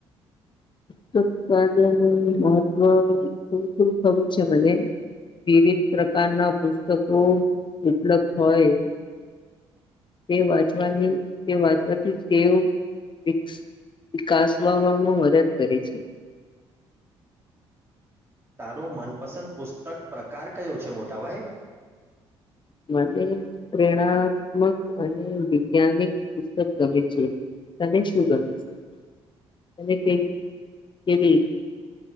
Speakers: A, on the left; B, on the right.
A: પુસ્તકલ્યનું મહત્વ થોડું થોડું ખબર છે મને. વિવિધ પ્રકારના પુસ્તકો ઉપલબ્ધ હોય. તે વાંચવાની તે વાંચવાથી ટેવ વિક્સ વિકાસવામાં મદદ કરે છે.
B: તારો મનપસંદ પુસ્તક પ્રકાર કયો છે મોટાભાઈ?
A: મને પ્રેરણાત્મક અને વિૈજ્ઞાનિક પુસ્તક ગમે છે. તને શું ગમે છે? ત કઈ કેવી.